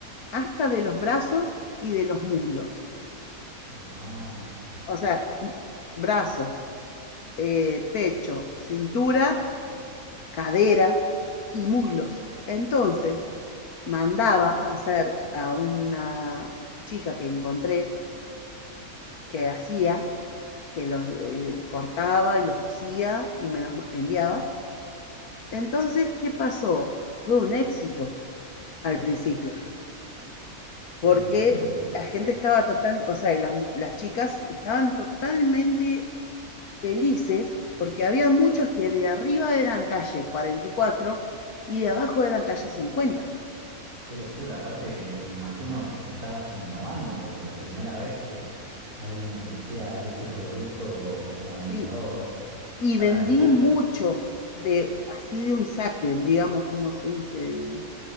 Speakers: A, on the left; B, on the right.
A: hasta de los brazos y de los muslos.
B: Wow.
A: O sea, m- brazos, eh, pecho, cintura, cadera y muslos. Entonces, mandaba a hacer a una chica que encontré que hacía que los eh, cortaba y los cosía y me los enviaba. Entonces, ¿qué pasó? Fue un éxito
B: Claro.
A: al principio,
B: Sí,
A: porque
B: me imagino.
A: la gente estaba total, o sea, las, las chicas estaban totalmente felices porque había muchos que de arriba eran talle cuarenta y cuatro y de abajo eran talle cincuenta
B: Qué locura. Aparte, eh, me imagino que est- estabas innovando, porque la primera vez que alguien ofrecía ese producto personalizado
A: Sí, y
B: tan
A: vendí
B: al detalle.
A: muchos de así de un saque, digamos, como se dice,